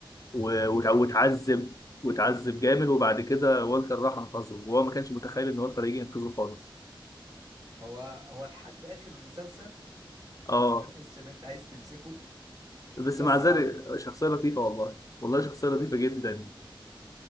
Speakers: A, on the left; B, on the right.
A: و- وت- وتعذب وتعذب
B: امم
A: جامد وبعد كده والتر راح انقذه وهو ما كانش متخيل ان والتر هيجي ينقذه خالص
B: هو هو لحد آخر المسلسل <laughs> جيسي
A: اه
B: ده تحس إن أنت عايز تمسكه
A: بس
B: تكسر
A: مع ذلك
B: عظم
A: شخصية لطيفة والله والله شخصية لطيفة جدا